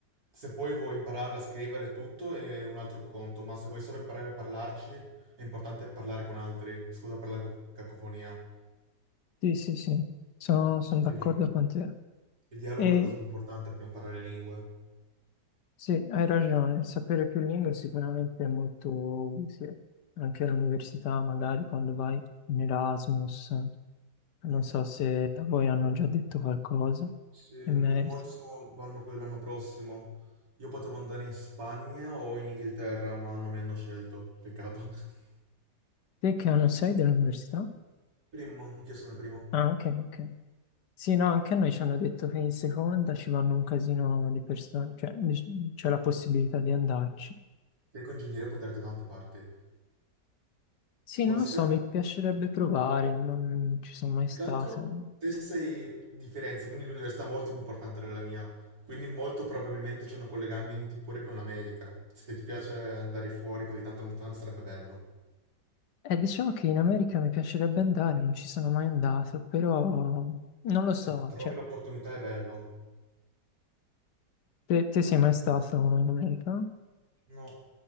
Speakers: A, on the right; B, on the left.
A: Se poi vuoi imparare a scrivere tutto è un altro conto, ma se vuoi solo imparare a parlarci è importante parlare con altri. Scusa per la co- cacofonia.
B: Sì, sì, sì, sono, sono d'accordo
A: Il,
B: con te.
A: il dialogo
B: E
A: è la cosa più importante per imparare lingue.
B: Sì, hai ragione, sapere più lingue sicuramente è molto utile, anche all'università magari quando vai in Erasmus, non
A: Mm.
B: so se da voi hanno già detto qualcosa
A: Sì, eh,
B: in merito.
A: molti sono- vanno quello l'anno prossimo. Io potevo andare in Spagna o in Inghilterra, ma non mi hanno scelto. Peccato. <laughs>
B: Te che anno sei dell'università?
A: Primo, anch'io sono il primo.
B: Ah, ok, ok. Sì, no, anche a noi ci hanno detto che in seconda ci vanno un casino di persone, cioè dic- c'è la possibilità di andarci.
A: Sei con ingegneria puoi andare da tante parti.
B: Sì,
A: Forse,
B: non lo so, mi piacerebbe provare, non ci sono mai
A: più
B: stato.
A: che altro, te sei di Firenze, quindi l'università è molto più importante della mia. Quindi molto probabilmente c'hanno collegamenti pure con l'America. Se ti piace andare fuori così tanto lontano sarebbe bello.
B: Eh, diciamo che in America mi piacerebbe andare, non ci sono mai andato, però non lo so,
A: Se trovi
B: cioè,
A: l'opportunità è bello.
B: te, te sei mai stato in America?
A: No,